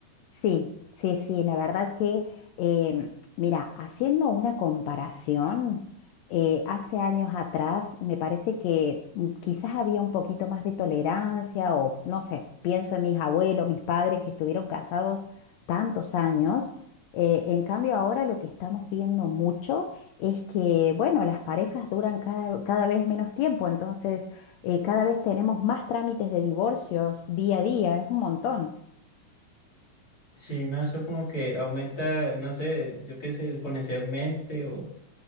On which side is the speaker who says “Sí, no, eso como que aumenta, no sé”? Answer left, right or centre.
Left